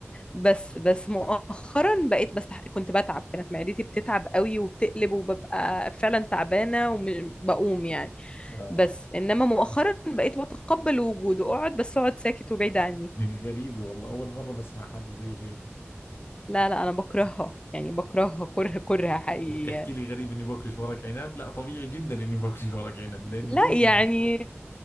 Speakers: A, on the left; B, on the left.
A: بس بس مؤخرا بقيت بس كنت بتعب كانت معدتي بتتعب قوي وبتقلب وببقى فعلا تعبانة وبقوم يعني
B: آه
A: بس انما مؤخرا بقيت بتقبل وجوده اقعد بس اقعد ساكت وبعيد عني
B: <laughs> غريبة والله أول مرة بسمع حد زي هيك
A: لا لا انا بكرهها يعني بكرهها كره كره حقيقي
B: وبتحكي
A: يعني.
B: لي غريب إني باكلش ورق عنب لا طبيعي جدا إني باكلش ورق عنب لأني
A: لا
B: باكل
A: يعني